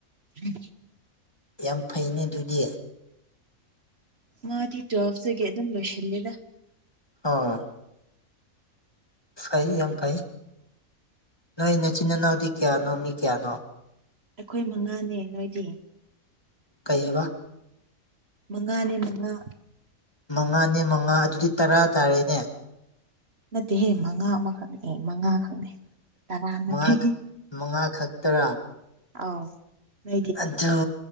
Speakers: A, on the right; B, on the left.
A: ꯎ
B: ꯌꯥꯝ ꯐꯩꯩꯅ ꯑꯗꯨꯗꯤ
A: ꯃꯥꯗꯤ ꯇꯨꯋꯦꯜꯐꯇꯒꯤ ꯑꯗꯨꯝ ꯂꯣꯏꯁꯤꯜꯂꯦꯗ
B: ꯑꯥ ꯐꯩ ꯌꯥꯝ ꯐꯩ ꯅꯣꯏ ꯃꯆꯤꯟ ꯏꯅꯥꯎꯗꯤ ꯀꯌꯥꯅꯣ ꯃꯤ ꯀꯌꯥꯅꯣ
A: ꯑꯩꯈꯣꯏ ꯃꯉꯥꯅꯦ ꯅꯣꯏꯗꯤ
B: ꯀꯩ ꯍꯥꯏꯕ
A: ꯃꯉꯥꯅꯦ ꯃꯉꯥ
B: ꯃꯉꯥꯅꯦ ꯃꯉꯥ ꯑꯗꯨꯗꯤ ꯇꯔꯥ ꯇꯥꯔꯦꯅꯦ
A: ꯅꯠꯇꯦꯍꯦ ꯃꯉꯥ ꯑꯃꯈꯛꯅꯦ ꯃꯉꯥ ꯈꯛꯅꯤ ꯇꯔꯥꯅ
B: ꯃꯉꯥ
A: ꯊ
B: ꯈꯛ- ꯃꯉꯥ ꯈꯛꯇꯔꯥ
A: ꯑꯥꯎ ꯅ
B: ꯑꯗꯨ